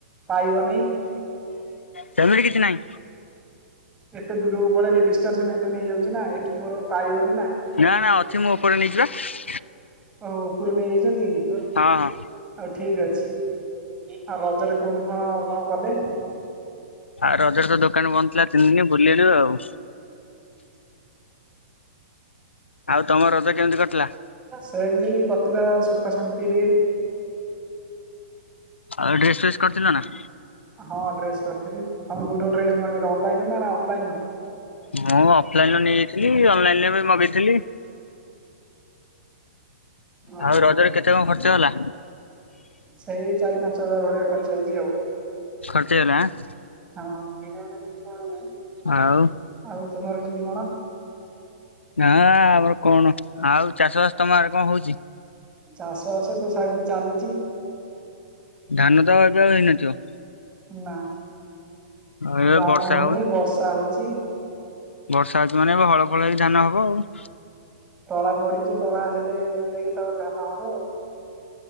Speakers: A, on the right (about 15°); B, on the left (about 85°).
A: ପାଇବନେଇ।
B: ସେମିତି କିଛି ନାହିଁ।
A: ଏତେ ଦୂରକୁ ପଳେଇଲେ ଡିଷ୍ଟାନ୍ସ ମେଣ୍ଟେନ ହେଇଯାଉଛି ନା, ଏଠୁ ମୋର ପାଇବନି ନା।
B: ନା ନା ଅଛି ମୁଁ ଉପରେ ନେଇଚି ପା।
A: ଓ ଉପୁରୁ ନେଇ ଯାଇଛନ୍ତି କି?
B: ହଁ ହଁ।
A: ଆଉ ଠିକ୍ ଅଛି। ଆଉ ରଜରେ କୋଉଠି କଣ କଣ କଲେ?
B: ଆଉ ରଜରେ ତ ଦୋକାନ ବନ୍ଦ ଥିଲା ତିନି ଦିନ ବୁଲିଲୁ ଆଉ। ଆଉ ତମ ରଜ କେମିତି କଟିଲା?
A: ସେମିତି କଟିଲା ସୁଖ ଶାନ୍ତିରେ।
B: ଆଉ ଡ୍ରେସ ଫେସ୍ କରିଥିଲ ନା?
A: ହଁ ଡ୍ରେସ କରିଥିଲି। ତମେ କୋଉଠୁ ଡ୍ରେସ ମଗେଇଲା ଅନଲାଇନ ରୁ ନା ଅଫଲାଇନ ରୁ?
B: ମୁଁ ଅଫଲାଇନ ନେଇଯାଇଥିଲି ଅନଲାଇନ ରେ ବି ମଗେଇଥିଲି।
A: ଓହୋ।
B: ଆଉ ରଜରେ କେତେ କଣ ଖର୍ଚ୍ଚ ହେଲା?
A: ସେଇ ଚାରି ପାଞ୍ଚ ହଜାର ଭଳିଆ ଖର୍ଚ ହେଇଛି ଆଉ।
B: ଖର୍ଚ ହେଇଗଲା ଆଁ।
A: ହଁ। <unintelligible>
B: ଆଉ
A: ଆଉ ତୁମର କେମିତି କଣ?
B: ନା ଆମର କଣ। ଆଉ ଚାଷ ବାସ ତମ ଆଡେ କଣ ହଉଛି?
A: ଚାଷ ବାସ ସବୁ ଚାଲିଚି।
B: ଧାନ ତ ଏବେ ଆଉ ହେଇନଥିବ?
A: ନା।
B: ଏବେ
A: ଧାନ
B: ବର୍ଷା
A: ହଉନି ବର୍ଷା ହଉଚି।
B: ବର୍ଷା ହଉଚି ମାନେ ହଳ ଫଳ ହେଇକି ଧାନ ହବ ଆଉ।
A: ତଳା ପଡିଛି ତଳା ହେଲେ ଯାଇକି ତାପରେ ଯାହା ହବ ଆଉ।